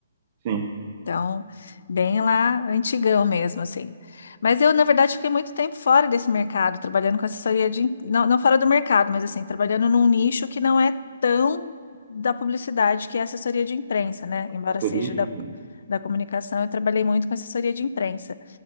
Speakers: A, on the right; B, on the left.
A: Sim,
B: Então, bem lá antigão mesmo, assim. Mas eu, na verdade, fiquei muito tempo fora desse mercado, trabalhando com assessoria de... im- Não, não fora do mercado, mas assim, trabalhando num nicho que não é tão da publicidade, que é assessoria de imprensa, né? Embora
A: consultoria
B: seja
A: de
B: da,
A: imprensa.
B: da comunicação, eu trabalhei muito com assessoria de imprensa.